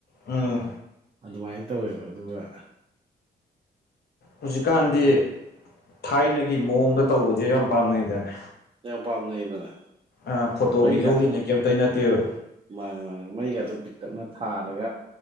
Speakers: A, on the left; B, on the right.
A: ꯑꯥ
B: ꯑꯗꯨꯃꯥꯏ ꯇꯧꯔꯦꯕ ꯑꯗꯨꯒ
A: ꯍꯨꯖꯤꯀꯥꯟꯗꯤ
B: ꯈꯪꯗꯦ
A: ꯊꯥꯏꯅꯒꯤ ꯃꯑꯣꯡꯗ ꯇꯧꯕꯁꯦ ꯌꯥꯝ ꯄꯥꯝꯅꯩꯗꯅ
B: ꯌꯥꯝ ꯄꯥꯝꯅꯩꯗꯅ
A: ꯑꯥ ꯐꯣꯇꯣ
B: ꯃꯩꯒꯗꯣ
A: ꯚꯤꯗꯤꯑꯣꯒꯤꯅꯦ ꯀꯦꯝꯇꯩ ꯅꯠꯇꯦꯕ
B: ꯃꯥꯅꯦ ꯃꯥꯅꯦ ꯃꯩꯒꯗꯣ ꯄꯤꯛꯇꯛꯅ ꯊꯥꯜꯂꯒ